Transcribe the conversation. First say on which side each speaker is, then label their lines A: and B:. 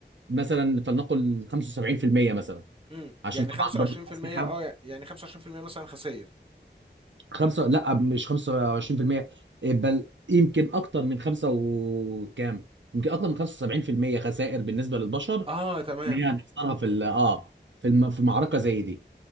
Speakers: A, on the right; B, on the right.
A: مثلا فلنقل 75% مثلا
B: امم
A: عشان
B: يعني
A: طبعا
B: 25%
A: برضو الاسلحه
B: اه يعني 25% مثلا خسائر
A: خمسة لا مش 25% بل يمكن اكتر من خمسة وكام يمكن اكتر من 75% خسائر بالنسبة للبشر
B: اه تمام
A: اللي هي هنخسرها في ال- اه في الم... في معركة زي دي